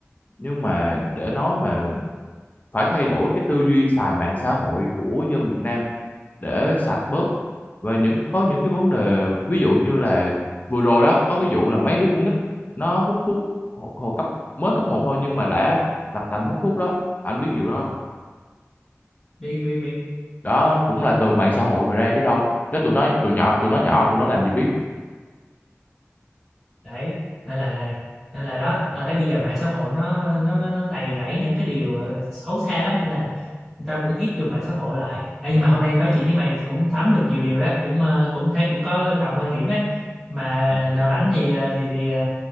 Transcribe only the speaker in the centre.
bị bị biết
đấy nên là nên là đó ta thấy bây giờ mạng xã hội nó nó nó, nó đầy rẫy những cái điều ờ, xấu xa lắm nên là người ta cũng ít dùng mạng xã hội lại Ê, nhưng mà hôm nay nói chuyện với mày cũng thấm được nhiều điều đó cũng ờ, cũng thấy cũng có đồng quan điểm ấy mà
nào rảnh thì ờ, thì thì ờ,